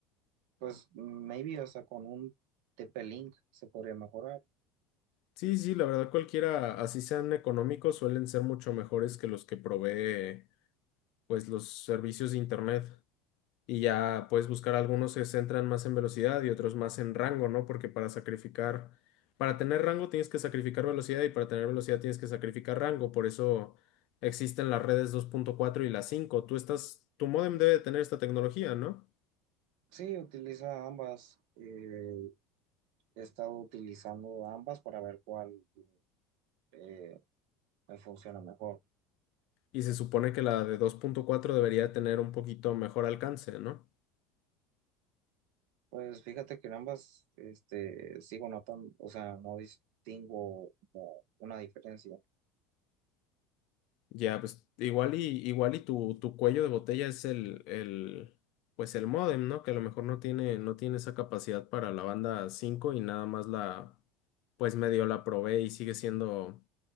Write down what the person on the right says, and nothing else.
pues maybe, o sea, con un TP-Link se podría mejorar.
Sí, utiliza ambas. eh, he estado utilizando ambas para ver cuál eh, me funciona mejor.
Pues fíjate que en ambas este, sigo notando, o sea, no distingo como una diferencia.